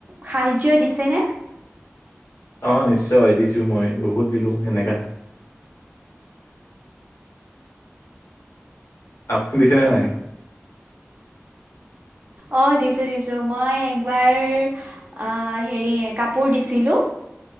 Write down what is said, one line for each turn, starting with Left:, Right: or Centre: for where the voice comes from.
Right: সাহাৰ্য দিছেনে?
Left: অ', নিশ্চয় দিছোঁ, মই বহুত দিলোঁ এনেকা। আপুনি দিছেনে নাই?
Right: অ', দিছোঁ, দিছোঁ মই একবাৰ অ', হেৰি কাপোৰ দিছিল লো